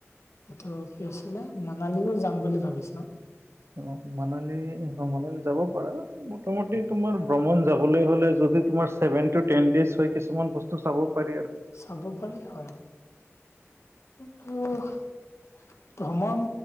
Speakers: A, on the left (about 70°); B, on the right (about 60°).
A: এইটো কি আছিলে মানালীও যাম বুলি ভাবিছো।
B: অ মানালী অ মানালী যাব পাৰা। মোতামতি তোমাৰ ভ্ৰমণ যাবলৈ হলে যদি তোমাৰ চেভেনটো টেন দেইছ হয় কিছু বস্তু চাব পাৰি আৰু
A: চাব পাৰি হয়। <unintelligible> ভ্ৰমণ